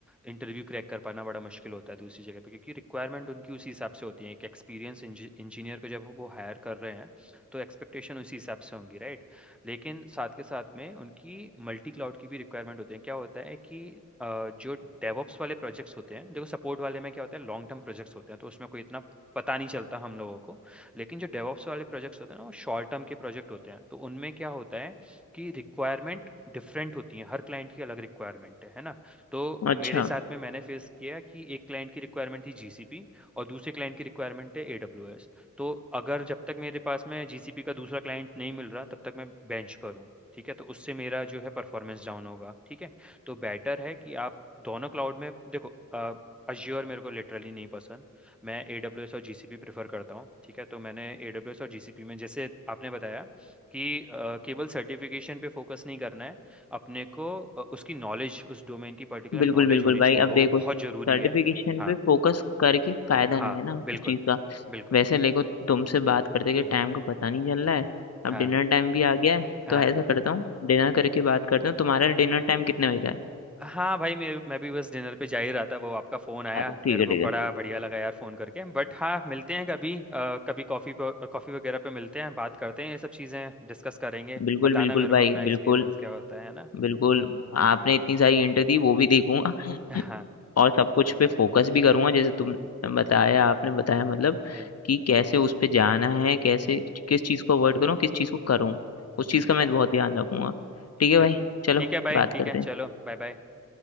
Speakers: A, in the centre; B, on the left (about 55°).
A: इंटरव्यू क्रैक कर पाना बड़ा मुश्किल होता है दूसरी जगह पे क्योंकि रिक्वायरमेंट उनकी उसी हिसाब से होती है एक एक्सपीरियंस इंजीनियर को जब वो हायर कर रहे हैं तो एक्सपेक्टेशन उसी हिसाब से होंगी राइट लेकिन साथ के साथ में उनकी मल्टी क्लाउड की भी रिक्वायरमेंट होती है क्या होता है कि अ, जो डेवॉप्स वाले प्रोजेक्ट्स होते हैं देखो सपोर्ट वाले में क्या होता है लॉन्ग टर्म प्रोजेक्ट्स होते हैं तो उसमें कोई इतना पता नहीं चलता हम लोगों को लेकिन जो डेवॉप्स वाले प्रोजेक्ट्स होते हैं ना वो शॉर्ट टर्म के प्रोजेक्ट होते हैं तो उनमें क्या होता है कि रिक्वायरमेंट डिफरेंट होती है हर क्लाइंट की अलग रिक्वायरमेंट है है ना तो
B: अच्छा
A: मेरे साथ में मैंने फेस किया कि एक क्लाइंट की रिक्वायरमेंट थी जीसीपी और दूसरे क्लाइंट की रिक्वायरमेंट है एडब्ल्यूएस तो अगर जब तक मेरे पास में जीसीपी का दूसरा क्लाइंट नहीं मिल रहा तब तक मैं बेंच पर हूँ ठीक है तो उससे मेरा जो है परफॉर्मेंस डाउन होगा ठीक है तो बेटर है कि आप दोनों क्लाउड में देखो अ, अज्योर मेरे को लिटरली नहीं पसंद मैं ए डब्ल्यू एस और जी सी पी प्रेफर करता हूँ ठीक है तो मैंने ए डब्ल्यू एस और जी सी पी में जैसे आपने बताया कि अ, केवल सर्टिफिकेशन पे फोकस नहीं करना है अपने को अ, उसकी नॉलेज उस डोमेन की पर्टिकुलर
B: बिल्कुल
A: नॉलेज
B: बिल्कुल
A: होनी
B: भाई
A: चाहिए वो
B: अब देखो
A: बहुत
B: सर्टिफिकेशन
A: जरूरी है हाँ
B: पे फोकस करके फायदा
A: हाँ
B: नहीं है ना
A: बिल्कुल
B: उस चीज का
A: बिल्कुल
B: वैसे देखो तुमसे बात करते के
A: हम्म
B: टाइम को पता नहीं चल रहा है अब
A: हाँ
B: डिनर टाइम भी आ गया है
A: हाँ
B: तो ऐसा करता हूँ डिनर करके बात करता हूँ तुम्हारा डिनर टाइम कितने बजे का है
A: हाँ भाई मैं मैं भी बस डिनर पे जा ही रहा था वो आपका फ़ोन आया
B: अरे ठीक
A: मेरे
B: है
A: को
B: ठीक
A: बड़ा
B: है
A: बढ़िया लगा यार फ़ोन करके बट हाँ मिलते हैं कभी अ, कभी कॉफ़ी कॉफ़ी वगैरह पे मिलते हैं बात करते हैं ये सब चीज़ें डिस्कस करेंगे
B: बिल्कुल
A: बताना
B: बिल्कुल
A: मेरे
B: भाई
A: को अपना एक्सपीरियंस
B: बिल्कुल
A: क्या होता है ना
B: बिल्कुल आपने
A: हम्म,
B: इतनी सारी इंटर दी वो भी देखूंगा
A: हाँ
B: और सब कुछ
A: बिल्कुल
B: पे फोकस भी करूंगा जैसे तुम बताया आपने बताया मतलब
A: हम्म
B: कि कैसे उस पे जाना है कैसे किस चीज़ को अवॉइड करूँ किस चीज़ को करूँ उस
A: हम्म
B: चीज़ का मैं बहुत ध्यान रखूंगा ठीक है
A: बिल्कुल
B: भाई चलो
A: ठीक है भाई
B: बात
A: ठीक
B: करते
A: है
B: हैं
A: चलो बाय बाय